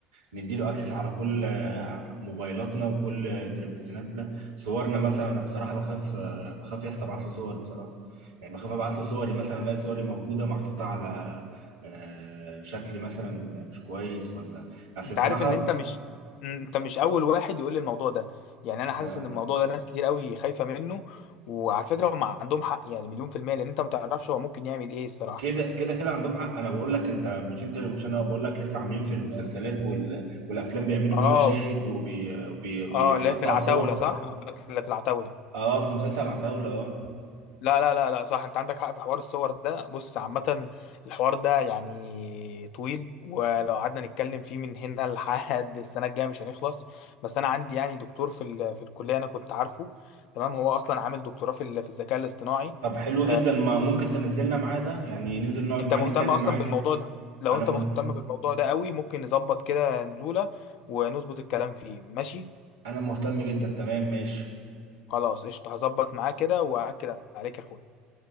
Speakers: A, on the right; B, on the left.
A: نديله اكسس على كل موبايلاتنا وكل تلفزيوناتنا صورنا مثلا انا بصراحه بخاف بخاف يا اسطى ابعت له صوري بصراحه يعني بخاف ابعت له صوري مثلا الاقي صوري موجوده محطوطه على آه، شكل مثلا مش كويس ولا بس
B: انت
A: بصراحه
B: عارف ان انت مش مم، انت مش اول واحد يقول لي الموضوع ده يعني انا حاسس
A: آه،
B: ان الموضوع ده ناس كتير قوي خايفة منه وعلى فكرة هم عندهم حق يعني مليون في المية لان انت ما تعرفش هو ممكن يعمل ايه الصراحة
A: كده كده كده عندهم حق انا بقول لك انت مش انت مش انا بقول لك لسه عاملين في المسلسلات وال- والافلام بيعملوا
B: اه
A: بيه مشاهد وبيقطعوا وبي... بي...
B: اه
A: بي- بيقطعوا
B: لا في العتاولة
A: الصور
B: صح لا في العتاولة
A: اه في مسلسل عتاولة اه
B: لا لا لا لا صح انت عندك حق في حوار الصور ده بص عامة الحوار ده يعني طويل ولو قعدنا نتكلم فيه من هنا لحد السنة الجاية مش هنخلص بس انا عندي يعني دكتور في ال- في الكلية انا كنت عارفه تمام هو اصلا عامل دكتوراه في ال- في الذكاء الاصطناعي
A: طب حلو
B: آه،
A: جدا ما ممكن تنزلنا معاه ده يعني ننزل نقعد
B: انت
A: معاه
B: مهتم
A: نتكلم
B: اصلا
A: معاه
B: بالموضوع
A: كده
B: ده لو
A: انا
B: انت
A: مهت...
B: مهتم بالموضوع ده قوي ممكن نظبط كده نزولة ونظبط الكلام فيه ماشي
A: انا مهتم جدا تمام ماشي
B: خلاص قشطة هظبط معاه كده واكد عليك يا اخويا